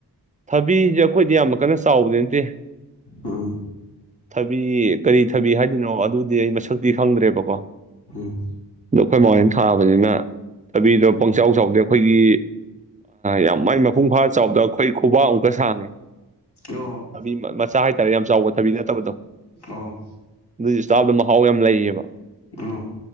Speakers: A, on the right; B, on the left.
A: ꯊꯕꯤꯖꯦ ꯑꯩꯈꯣꯏꯗꯤ ꯌꯥꯝ ꯀꯟꯅ ꯆꯥꯎꯕꯗꯤ ꯅꯠꯇꯦ
B: ꯎꯝ
A: ꯊꯕꯤ ꯀꯔꯤ ꯊꯕꯤ ꯍꯥꯏꯗꯣꯏꯅꯣ ꯑꯗꯨꯗꯤ ꯑꯩ ꯁꯛꯇꯤ ꯈꯪꯗ꯭ꯔꯦꯕꯀꯣ ꯑꯗꯣ
B: ꯎꯝ
A: ꯑꯩꯈꯣꯏ ꯃꯥ ꯍꯣꯏ ꯅ ꯊꯥꯕꯅꯤꯅ ꯊꯕꯤꯗꯣ ꯄꯪꯆꯥꯎ ꯆꯥꯎꯗꯦ ꯑꯩꯈꯣꯏꯒꯤ ꯌꯥꯝ ꯃꯥꯏ ꯃꯄꯨꯡ ꯐꯥ ꯆꯥꯎꯗ ꯑꯩꯈꯣꯏ ꯈꯨꯕꯥꯛ ꯑꯃꯨꯛꯀ ꯁꯥꯡꯉꯦ,
B: ꯑꯣ
A: ꯊꯕꯤ ꯃꯆꯥ ꯍꯥꯏꯇꯥꯔꯦ ꯌꯥꯝ ꯆꯥꯎꯕ ꯊꯕꯤ ꯅꯠꯇꯕꯗꯣ
B: ꯑꯣ
A: ꯑꯗꯨꯒꯤ ꯆꯥꯕꯥꯗ ꯃꯍꯥꯎ ꯌꯥꯝ ꯂꯩꯌꯦꯕ꯫
B: ꯎꯝ